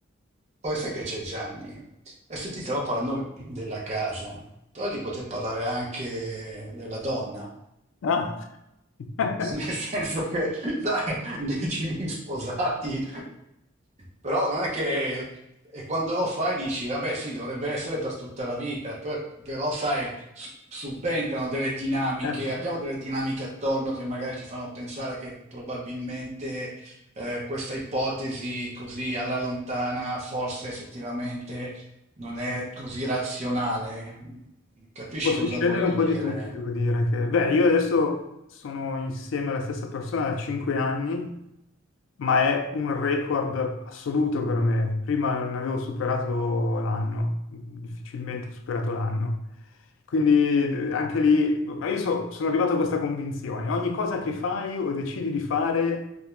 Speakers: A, on the right; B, on the left.
A: poi sai che c'è Gianni? Adesso ti stavo parlando della casa, però ti poter parlare anche della donna.
B: Ah. <laughs>
A: Nel senso che, sai, decidi sposati, però non è che... E quando lo fai dici, vabbè, sì, dovrebbe essere per tutta la vita, per- però, sai, s- subentrano delle dinamiche,
B: Eh,
A: abbiamo delle dinamiche attorno che magari ci fanno pensare che probabilmente eh, questa ipotesi così alla lontana forse effettivamente non è così razionale. Capisci
B: Può succedere
A: cosa voglio
B: un po'
A: dire?
B: di tutti, devo dire che, beh, io adesso sono insieme alla stessa persona da 5 anni, ma è un record assoluto per me. Prima non avevo superato l'anno, difficilmente ho superato l'anno. Quindi d- anche lì, ma io so- sono arrivato a questa convinzione, ogni cosa che fai o decidi di fare